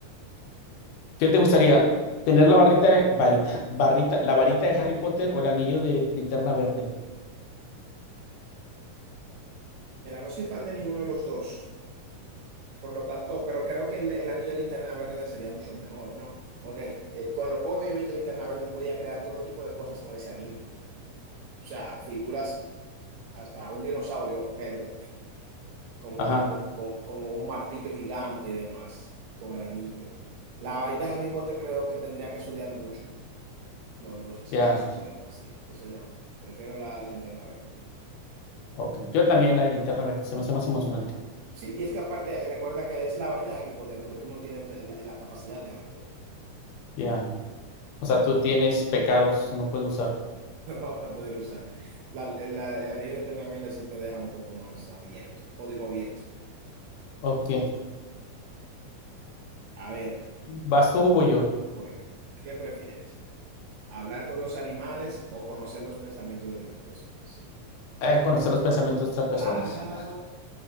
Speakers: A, on the left; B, on the right.
A: ¿Qué te gustaría? ¿Tener la barrita, de- varita, barrita, la varita de Harry Potter o el anillo de linterna verde?
B: Mira, no soy fan de ninguno de los dos. Por lo tanto, pero creo que el, el anillo de linterna verde sería mucho mejor, ¿no? Porque eh, con lo poco que yo he visto de linterna verde, él podía crear todo tipo de cosas con ese anillo. O sea, figuras, hasta un dinosaurio verde como,
A: Ajá,
B: como, co- como un martillo gigante y demás, con el anillo. La varita de Harry Potter creo que tendría que estudiar mucho, los, los hechizos
A: ya,
B: y demás, sí. Entonces no, prefiero la linterna verde.
A: ok. Yo también la de linterna verde, se me hace más emocionante.
B: Sí, y es que aparte, recuerda que es la varita de Harry Potter, pero tú no tienes la, la capacidad de Harry Potter.
A: Ya, o sea,
B: Wow,
A: tú tienes pecados, no puedes usar.
B: <laughs> no lo vas a poder usar. La, la- el anillo de linterna verde sí te deja un poco más abierto, código abierto.
A: Ok,
B: A ver,
A: ¿vas tú o voy yo?
B: voy yo. ¿Qué prefieres? ¿Hablar con los animales o conocer los pensamientos de otras personas?
A: A conocer los pensamientos de otras personas.
B: Ah,
A: <laughs>